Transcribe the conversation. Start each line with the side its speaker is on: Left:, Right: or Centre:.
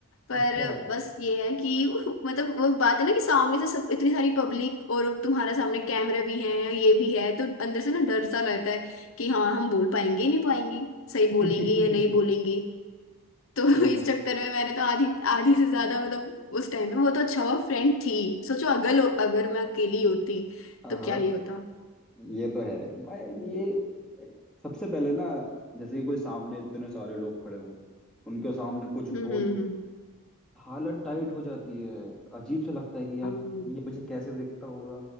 Centre: अच्छा
Left: पर बस ये है कि <laughs> मतलब वो बात है ना कि सामने से सब इतनी सारी पब्लिक और तुम्हारा सामने कैमरा भी है ये भी है तो अंदर से ना डर सा लगता है कि हाँ हम बोल पाएंगे नहीं पाएंगे सही
Centre: <laughs>
Left: बोलेंगे या नहीं बोलेंगे तो <laughs>
Centre: ये
Left: इस चक्कर में मैंने तो आधी आधी से ज्यादा मतलब उस टाइम पे वो तो अच्छा हुआ फ्रेंड थी सोचो अगर अगर मैं अकेली होती
Centre: हाँ
Left: तो क्या ही होता
Centre: ये तो है भाई ये सबसे पहले ना जैसे कि कोई सामने इतने सारे लोग खड़े हों उनके सामने कुछ
Left: हम्म
Centre: बोल
Left: हम्म हम्म
Centre: हालत टाइट हो जाती है अजीब सा लगता है कि यार
Left: हाँ,
Centre: ये मुझे कैसे देखता होगा